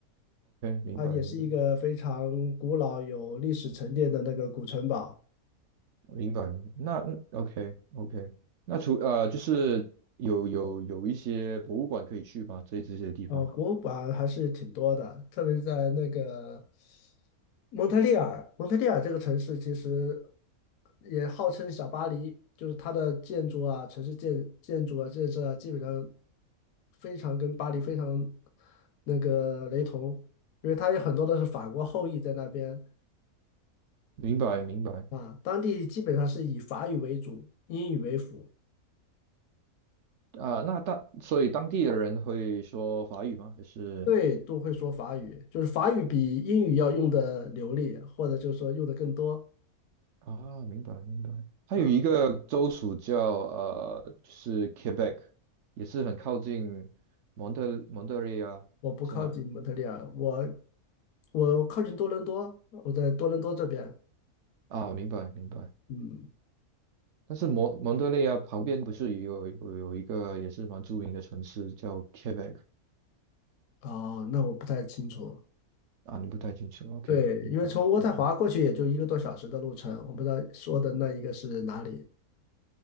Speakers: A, on the right; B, on the left.
A: 明白，
B: 它也是一个非常古老有历史沉淀的那个古城堡。
A: 明白，明白。那那 OK，OK，那除呃，就是有有有一些博物馆可以去吗？这这些地方，
B: 呃，博物馆还是挺多的，特别是在那个蒙特利尔，蒙特利尔这个城市其实也号称小巴黎，就是它的建筑啊、城市建建筑啊、建设啊，基本上非常跟巴黎非常那个雷同，因为它有很多都是法国后裔在那边
A: 明白，明白。
B: 啊，当地基本上是以法语为主，英语为辅。
A: 啊、那当所以当地的人会说法语吗？还是
B: 对，都会说法语，就是法语比英语要用的流利，或者就是说用的更多
A: 啊，明白，明白。还有一个州属叫呃，
B: 啊。
A: 就是 Quebec，也是很靠近蒙特蒙特利尔，
B: 我不靠近蒙特利尔，
A: 是吗？
B: 我我靠近多伦多，我在多伦多这边。
A: 啊，明白，明白。
B: 嗯，
A: 但是蒙蒙德利啊旁边不是也有有有一个也是蛮著名的城市叫 Quebec
B: 哦，那我不太清楚。
A: 啊？你不太清楚？OK，
B: 对，
A: 明白明白
B: 因为从渥太华过去也就一个多小时的路程，我不知道说的那一个是哪里。